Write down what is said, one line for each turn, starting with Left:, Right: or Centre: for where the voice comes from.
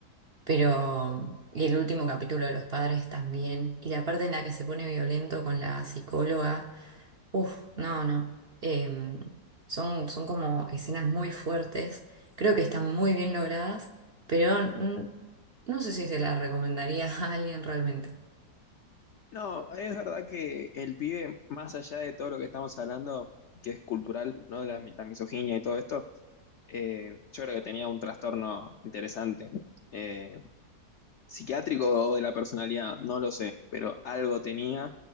Right: pero y el último capítulo de Los Padres también, y la parte en la que se pone violento con la psicóloga, uff, no, no, eh, son, son como escenas muy fuertes, creo que están muy bien logradas, pero mm, no sé si se las recomendaría <laughs> a alguien realmente.
Left: No, es verdad que el pibe, más allá de todo lo que estamos hablando, que es cultural, ¿no? La, mi- la misoginia y todo esto, eh, yo creo que tenía un trastorno interesante. eh, psiquiátrico o de la personalidad, no lo sé, pero algo tenía